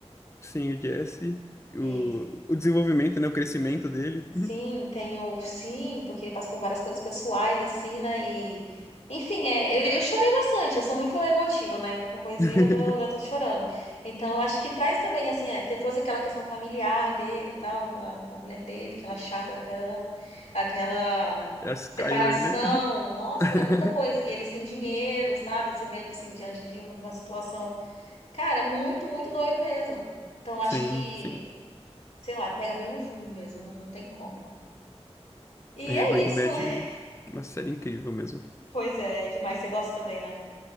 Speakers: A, on the left; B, on the left.
A: Sim, o Jesse, o,
B: Isso.
A: o desenvolvimento, né? O crescimento dele.
B: Sim,
A: Uhum.
B: tenho. Sim, porque ele passa por várias coisas pessoais, assim, né? E. Enfim, é, eu, eu chorei bastante, eu sou muito emotiva, né? Qualquer coisinha
A: <laughs>
B: eu já tô, já tô chorando. Então, acho que traz também, assim, é, te- trouxe aquela questão familiar dele e tal, com a, com a mulher dele, aquela chata pra caramba, aquela
A: É a Skyler,
B: separação,
A: né?
B: nossa,
A: <laughs>
B: era muita coisa. E ele sem dinheiro, sabe? Se vendo, assim, diante de uma uma situação, cara, muito, muito doido mesmo. Então, acho
A: Sim,
B: que,
A: sim.
B: sei lá, pega bem no fundo mesmo, não não tem como. E
A: É,
B: é
A: Breaking
B: isso,
A: Bad
B: né? <laughs>
A: é uma série incrível mesmo.
B: Pois é, é demais. Você gosta também, né?